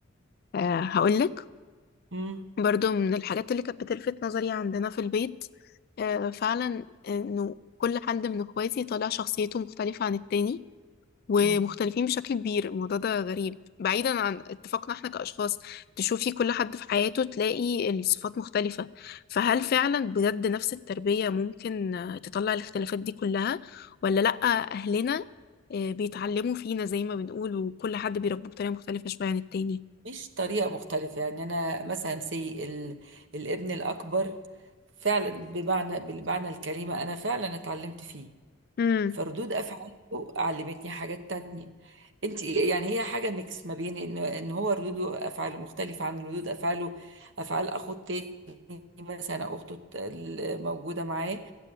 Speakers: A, on the left (about 50°); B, on the right (about 65°).
A: أه هقولك
B: امم
A: برضو من الحاجات اللي كانت بتلفت نظري عندنا في البيت آه، فعلا انه كل حد من اخواتي طالع شخصيته مختلفة عن التاني ومختلفين
B: امم
A: بشكل كبير الموضوع ده غريب بعيدا عن اتفاقنا احنا كأشخاص تشوفي كل حد في حياته تلاقي الصفات مختلفة فهل فعلا بجد نفس التربية ممكن آه، تطلع الاختلافات دي كلها ولا لأ أهلنا آه، بيتعلموا فينا زي ما بنقول وكل حد بيربوه بطريقة مختلفة شوية عن التاني
B: مش طريقة مختلفة يعني أنا مثلا سي ال... الابن الأكبر فعلا بمعنى بالمعنى الكلمة أنا فعلا اتعلمت فيه
A: امم
B: فردود افعاله علمتني حاجة تانية انت يعني هي حاجة ميكس ما بين ان ان هو ردود افعاله مختلفة عن ردود افعاله افعال اخوه التاني مثلا او اخته الموجودة معاه